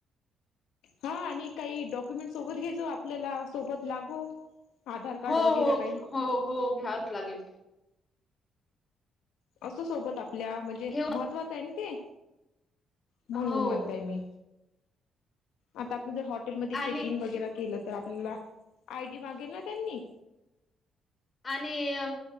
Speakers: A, on the left; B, on the left.
A: हा आणि काही डॉक्युमेंट सोबत घ्याचो आपल्याला सोबत लागो आधार कार्ड
B: हो
A: वगैरे
B: हो
A: काही
B: हो हो घ्यावच लागेल
A: असं सोबत आपल्या म्हणजे
B: घेऊन
A: महत्वाचं आहे ना ते म्हणून
B: हो
A: म्हणताय मी आता आपण ज हॉटेलमध्ये
B: आणि
A: चेक इन वगैरे केलं आपल्याला आयडी मागेल ना त्यांनी
B: आणि अ